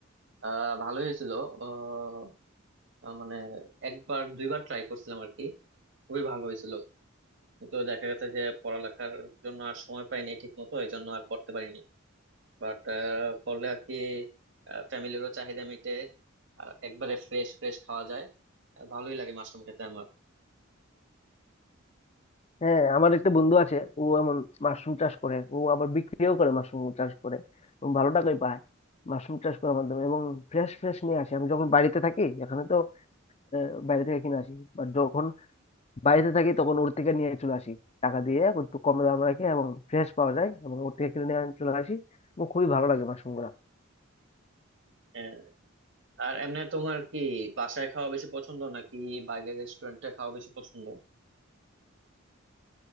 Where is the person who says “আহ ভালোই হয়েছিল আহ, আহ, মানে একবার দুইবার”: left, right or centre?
Right